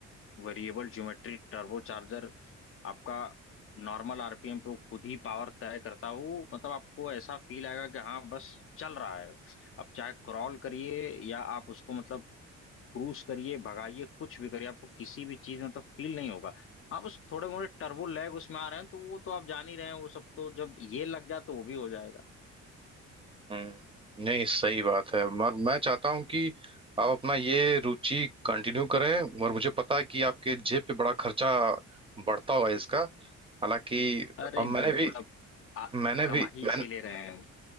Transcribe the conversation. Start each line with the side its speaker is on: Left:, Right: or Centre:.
Left: वेरिएबल ज्योमेट्री टर्बो चार्जर आपका नॉर्मल आरपीएम पे वो खुद ही पावर तय करता है वो मतलब आपको ऐसा फील आएगा कि हाँ बस चल रहा है आप चाहे क्रॉल करिए या आप उसको मतलब क्रूज करिए भगाइए कुछ भी करिए आपको किसी भी चीज में मतलब फील नहीं होगा हाँ बस थोड़े मोड़े टर्बो लैग उसमें आ रहे हैं तो वो तो आप जान ही रहे हैं वो सब तो जब ये लग गया तो वो भी हो जाएगा
Right: हम्म नहीं सही बात है मैं मैं चाहता हूँ कि आप अपना ये रुचि कंटिन्यू करें और मुझे पता है कि आपके जेब पे बड़ा खर्चा बढ़ता हुआ है इसका हालांकि
Left: अरे
Right: अब मैंने
Left: बिल्कुल
Right: भी
Left: अब आ,
Right: मैंने
Left: कमा
Right: भी
Left: ही
Right: मैंने,
Left: इसीलिए रहे हैं